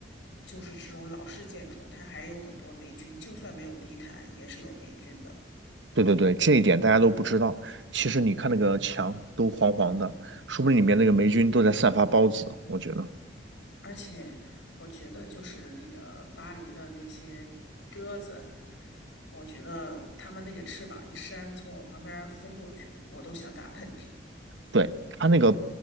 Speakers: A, on the left; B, on the right.
A: 就是这种老式建筑，它还有很多霉菌，就算没有地毯，也是有霉菌的。
B: 对对对，这一点大家都不知道。其实你看那个墙都黄黄的，说不定里面那个霉菌都在散发孢子。我觉得，
A: 而且我觉得就是那个巴黎的那些鸽子，我觉得它们那个翅膀一扇，从我旁边飞过去，我都想打喷嚏。
B: 对，它那个